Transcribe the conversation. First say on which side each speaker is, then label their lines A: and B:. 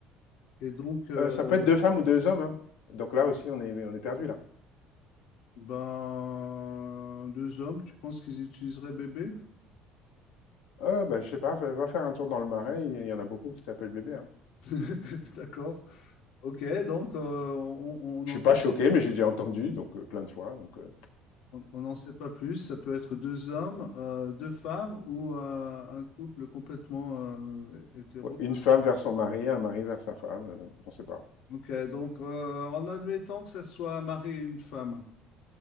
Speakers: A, on the left; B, on the left.
A: Et donc, euh,
B: Euh, ça peut être deux femmes ou deux hommes. hein. Donc là aussi, on est, on est perdu, là.
A: ben, deux hommes, tu penses qu'ils utiliseraient bébé?
B: Ah, bah, je sais pas, va va faire un tour dans le marais, il y en a beaucoup qui s'appellent bébé. Hein.
A: <laughs> D'accord. Ok, donc euh, on on n'en
B: Je suis pas choqué, mais j'ai déjà entendu, donc euh, plein de fois. Donc, euh,
A: on, on n'en sait pas plus. Ça peut être deux hommes, euh, deux femmes ou euh, un couple complètement euh, hétéro.
B: ouais, une femme vers son mari, un mari vers sa femme, euh, on sait pas.
A: Ok, donc euh, en admettant que ça soit un mari et une femme,